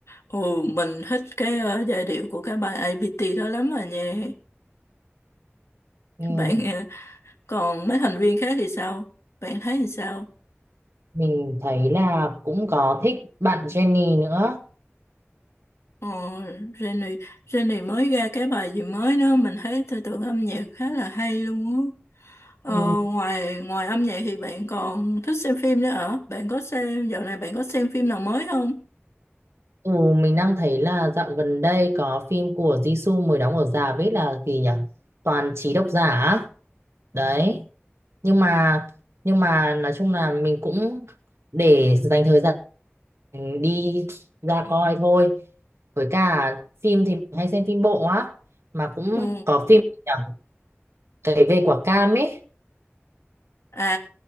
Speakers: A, on the left; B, on the right.
A: ồ mình thích cái ờ, giai điệu của cái bài APT đó lắm rồi nha.
B: ừ.
A: Bạn ờ, còn mấy thành viên khác thì sao? Bạn thấy thì sao?
B: Mình thấy là cũng có thích bạn Jennie nữa.
A: Ồ, Jenny, Jenny mới ra cái bài gì mới đó mình thấy tư tưởng âm nhạc khá là hay luôn á. Ờ,
B: Ừ.
A: ngoài ngoài âm nhạc thì bạn còn thích xem phim nữa hả? Bạn có xem dạo này bạn có xem phim nào mới không?
B: Ừ, mình đang thấy là dạo gần đây có phim của Jisoo mới đóng ở rạp biết là gì nhỉ? Toàn trí độc giả. á. Đấy. Nhưng mà nhưng mà nói chung là mình cũng để dành thời gian đi ra coi thôi. Với cả phim thì mình hay xem phim bộ á mà cũng
A: Ừ.
B: có phim gì nhỉ? Cái về quả cam ấy.
A: à